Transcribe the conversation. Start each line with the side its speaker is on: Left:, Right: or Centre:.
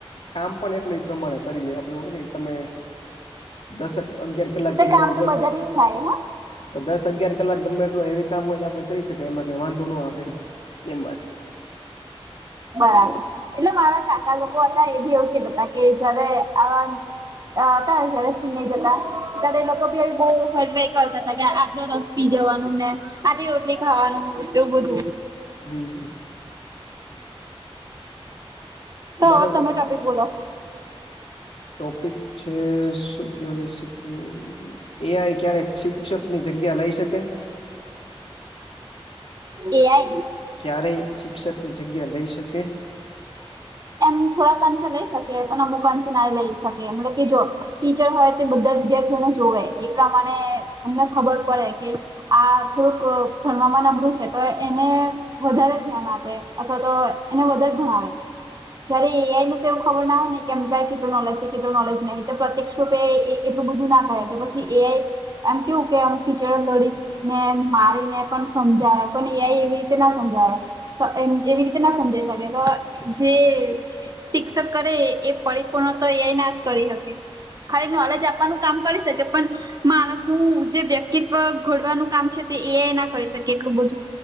Left: કામ પણ એટલું એ પ્રમાણે કરી લેએ આપડે હુકેય તમે દસક અગિયાર કલાક
Right: તો
Left: જઈમાં
Right: કામ તો
Left: વગર
Right: બધાથી જ થાય હા.
Left: તો દસ અગિયાર કલાક ગમે એટલ એવી કામ હોય આપડે કરી શકીએ એમાં કઈ વાંધો ન આવે એમ એમ વાત છે.
Right: બરાબર છે, એટલે મારા કાકા લોકો હતા એ બી એવું કહેતાતા કે જયારે આવા અ હતા <unintelligible> જતા ત્યારે એ લોકો બી બો <unintelligible> કરતા હતા આટલો રસ પી જવાનું ને આ રોટલી ખાવાનું એવું બધું
Left: હમ્મ.
Right: તો
Left: અમારે
Right: હવે તમે ટોપિક બોલો
Left: ટોપિક છે, શું ક્યારે શીખવુ એ આઈ ક્યારેક શિક્ષકની જગ્યા લઈ શકે?
Right: એ આઈ
Left: ક્યારેય શિક્ષકની જગ્યા લઈ શકે?
Right: એમ થોડાક અંશે લઈ શકે પણ અમુક અંશે ના લઈ શકે મતલબ કે જો ટીચર હોય તે બધા વિદ્યાર્થીઓને જોવે એ પ્રમાણે એમને ખબર પડે કે આ થોડુંક ભણવામાં નબળું છે, તો એને વધારે ધ્યાન આપે અથવા તો એને વધારે ભણાવે જ્યારે એ આઈ ને તોઓ ખબર ના હોય ને કેમ કેટલો નલેજ છે, કેટલો નોલેજ નહી તો પ્રત્ય <unintelligible> એટલું બધું ના કરે કે પછી એ આઈ એમ કેવું કે એમ ટીચર લડી ને મારીને પણ સમજાવે પણ એઆઈ એવી રીતે ના સમજાવે સ- એમ એવી રીતે ના સમજાઈ શકે તો જે શિક્ષક કરે, એ પરિપૂર્ણ તો અં ના જ કરી શકે. ખાલી નોલેજ આપવાનું કામ કરી શકે. પણ માણસનું જે વ્યક્તિત્વ ઘડવાનું કામ છે, તે એ આઈ ના કરી શકે એટલું બધું.